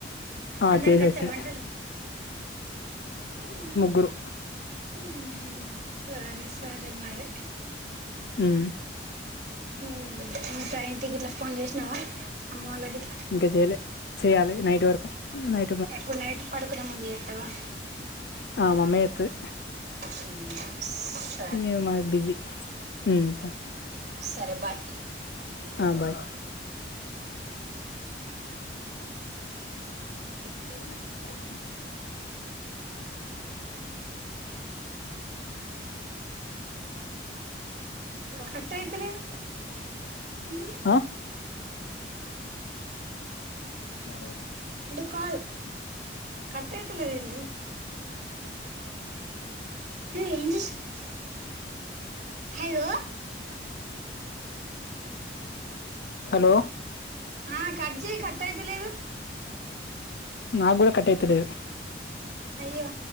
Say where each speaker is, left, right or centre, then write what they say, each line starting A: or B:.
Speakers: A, on the left; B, on the right.
A: ఆ
B: అందరికి
A: చేసొచ్చుడే
B: వచ్చా వంటలు ఉమ్
A: గురు
B: ఉమ్ హు సరే సరే మరి
A: ఉమ్
B: ఉమ్ సరే ఇంటి గిట్లా ఫోన్ జేసిన అమ్మోల్లకు గి
A: ఇంకా చెయ్యలే చేయ్యాలి నైట్ వరకు నై
B: ఎప్పుడు నైట్ పడుకునే ముందు చేత్తావా
A: ఆ మా అమ్మ చేత్తది
B: ఉమ్మ్
A: ఏమా బిజీ ఉమ్ సరే
B: సరే బాయ్
A: ఆ బాయ్ స్ <inaudible>
B: కట్ కట్ అయితలేదు నీ
A: ఆ <unintelligible>
B: క కట్ అయితాలేదు ఎంది ఎ ఏం చేస్తున్నావ్ హలో
A: హలో
B: ఆ కట్ జేయ్ కట్ అయితలేదు
A: నా గూడ కట్ అయితలేదు
B: అయ్యో